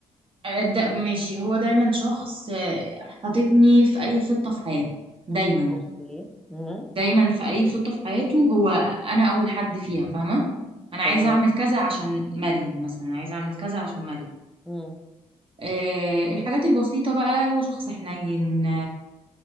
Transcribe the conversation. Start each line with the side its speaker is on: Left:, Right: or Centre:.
Right: آه، ده ماشي هو دايما شخص آه، حاططني في اي خطه في حياته دايما
Centre: اوكي امم
Right: دايما في اي خطه في حياته هو انا اول حد فيها فاهمه انا عايزه
Centre: تمام
Right: اعمل كذا عشان مريم مثلا عايزه اعمل كذا عشان مريم
Centre: امم
Right: آه، الحاجات البسيطة بقى هو شخص حنين